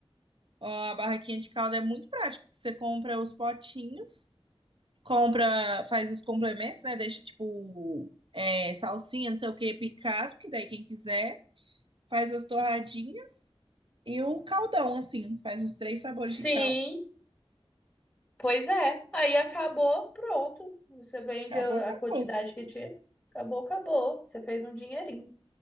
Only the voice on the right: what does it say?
ó, a barraquinha de caldo é muito prática. Você compra os potinhos, compra, faz os complementos, né? Deixa, tipo, é, salsinha, não sei o que, picado, que daí quem quiser, faz as torradinhas e o caldão, assim. Faz uns três sabores
de caldo.
Acabou,
acabou.